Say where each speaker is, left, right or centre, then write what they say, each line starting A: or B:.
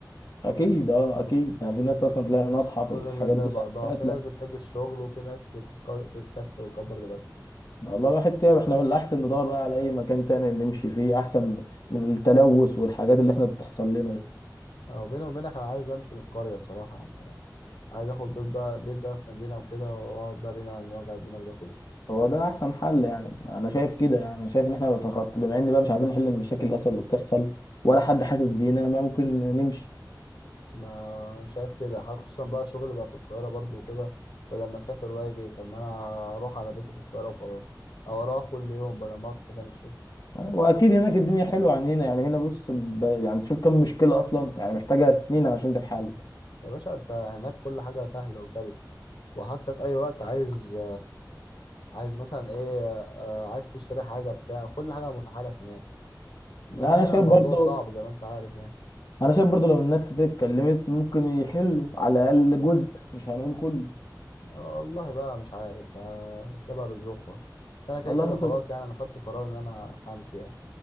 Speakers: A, on the left; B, on the left.
A: اكيد اه اكيد يعني في ناس اصلا تلاقي ناصحه
B: مش
A: في
B: كل
A: الحاجات
B: الناس زي
A: دي
B: بعضها
A: في ناس
B: في ناس
A: لا
B: بتحب الشغل وفي ناس بتك... بتكسل وكبر دماغها
A: والله الواحد تعب احنا الاحسن ندور بقى على اي مكان تاني نمشي فيه احسن من التلوث والحاجات اللي احنا بتحصل لنا دي
B: او بيني وبينك انا عايز امشي من القريه بصراحه يعني عايز اخد بيت بقى بيت بقى في مدينه وكده واقعد بقى بعيد عن وجع الدماغ ده كله
A: هو ده احسن حل يعني انا شايف كده يعني انا شايف ان احنا بنتخطى بما ان بقى مش عارفين نحل المشاكل الاصل اللي بتحصل ولا حد حاسس بينا ما ممكن نمشي
B: ما شايف كده حاجة- خصوصا بقى شغل بقى في القاهره برضه وكده بدل ما اسافر واجي طب ما انا اروح على بيتي في القاهره وخلاص او اروح كل يوم بدل ما اقعد في سكن الشغل
A: واكيد هناك الدنيا حلوه عن هنا يعني هنا بص ب... يعني تشوف كم مشكله اصلا يعني محتاجه سنين عشان تتحل
B: يا باشا انت هناك كل حاجة سهلة وسلسة وحتى في اي وقت عايز عايز مثلا ايه آه، عايز تشتري حاجة بتاع كل حاجة متاحة لك هناك انما
A: لا، انا
B: هنا
A: شايف
B: الموضوع
A: برضه
B: صعب زي ما انت عارف يعني
A: انا شايف برضه لو الناس كتير اتكلمت ممكن يحلوا على الاقل جزء مش هنقول كله
B: والله بقى مش عارف آه، سيبها لظروفها بس انا كده
A: والله
B: كده
A: ممكن
B: خلاص يعني انا خدت قرار ان انا همشي يعني